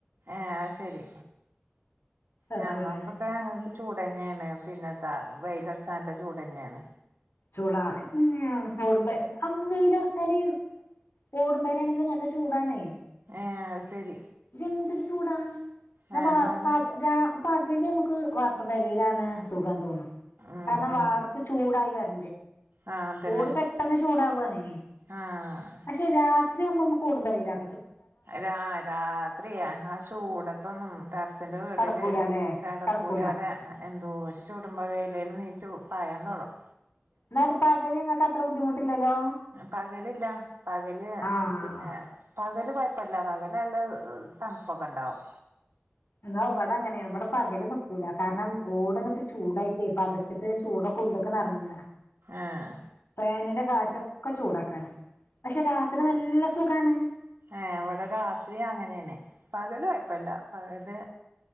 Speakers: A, on the right; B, on the left.
A: ഏ ആശെരി
B: സാദാ
A: ഞങ്ങൾക്കൊക്കെ
B: വീടന്നെ
A: അത് ചൂടെന്നെയാണ് പിന്നെ ത വെലിലർച്ചാ നല്ല ചൂടന്നെയാണ്
B: ചൂടാ ഓടുമ്പൊ വെയിലറച്ചാല് ഓടുമ്പെര ആണെങ്കിൽ നല്ല ചൂടാണേ
A: ഏ അത് ശരി
B: എന്തൊരു ചൂടാ ന
A: ഏ എന്നാല്
B: രാ പകല് നമുക്ക് വാർപ്പ് വരിയിലാണ് സുഖം തോന്നും
A: ഉം
B: കാരണം
A: ഉം
B: വാർപ്പ് ചൂടായി വര
A: ആഹ് തന്നെ
B: ഓട് പെട്ടെന്ന് ചൂടാവാണേ
A: ആഹ്
B: പക്ഷെ രാത്രികുമ്പോ നമക്കുടുമ്പരയിലാ
A: രാ രാത്രിയ ആ ചൂടത്തൊന്നും ടെർസിന്റെ വീടില്
B: കടക്കൂല അല്ലെ
A: കിടക്കൂല
B: കടക്കൂല
A: അവരെ എന്തോരു ചൂടുമ്പോകേയില് നീച്ചു പായാൻ തോടങ്ങും
B: ന്നാ പകല് ഇങ്ങക്ക് അത്ര ബുദ്ധിമുട്ടില്ലല്ലോ
A: പകലില്ല പകല്
B: ആഹ്
A: പിന്നെ പകല് കൊപ്പല്ല പകല് നല്ല തണുപ്പൊക്കെ ഇണ്ടാവും
B: എന്ന ഇവിടെ അങ്ങനെയാണ് ഇവിടെ പകല് നക്കൂല കാരണം ഓടങ്ങിട്ട് ചൂടായിട്ടേപ്പ പത ച്ചിട്ട് ചൂടൊക്കെ ഉള്ള്ക്കട്ട് എറങ്ങ
A: ആഹ്
B: ഫാനിന്റെ കാറ്റൊക്കെനല്ല ചൂടാക്കാരും പക്ഷെ രാത്രി നല്ല സുഖാണ്
A: ഏ ഇവിടെ രാത്രി അങ്ങനെയാണ് പകല് കൊയപ്പല്ല പകല്